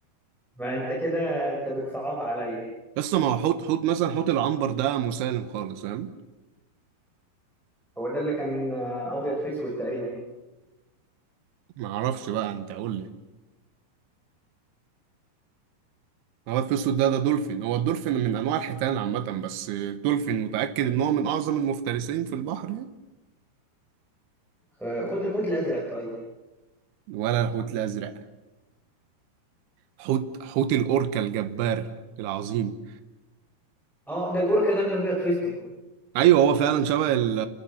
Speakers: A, in the centre; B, on the right.
A: ما انت كده انت بتصعبها عليا
B: لسه ما هو حوت حوت مثلا حوت العنبر ده مسالم خالص فاهم
A: هو ده اللي كان آه، ابيض في اسود تقريبا
B: ما اعرفش بقى انت قول لي هو الفسود ده ده دولفين هو الدولفين من انواع الحيتان عامة بس الدولفين متأكد ان هو من اعظم المفترسين في البحر يعني
A: آه، خد الحوت الازرق طيب
B: ولا الحوت الازرق حوت حوت الأوركا الجبار العظيم
A: اه ده الاوركا ده اللي ابيض في اسود
B: ايوه هو فعلا شبه ال-